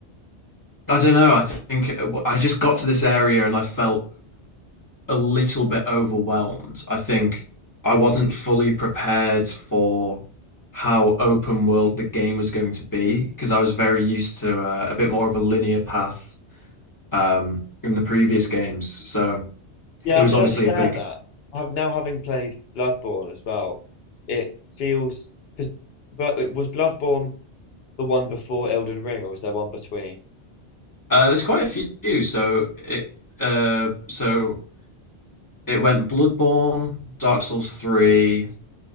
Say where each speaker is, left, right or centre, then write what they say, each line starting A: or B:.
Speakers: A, on the left (about 20°); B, on the left (about 65°).
A: I don't know, I think uh, I just got to this area and I felt a little bit overwhelmed. I think I wasn't fully prepared for how open world the game was going to be because I was very used to uh, a bit more of a linear path um, in the previous games. So
B: Yeah,
A: it was
B: I can
A: obviously
B: understand
A: a big.
B: that. I have now having played Bloodborne as well, it feels because but it was Bloodborne the one before Elden Ring, or was there one between?
A: Uh, there's quite a few. So it uh, so it went Bloodborne, Dark Souls 3,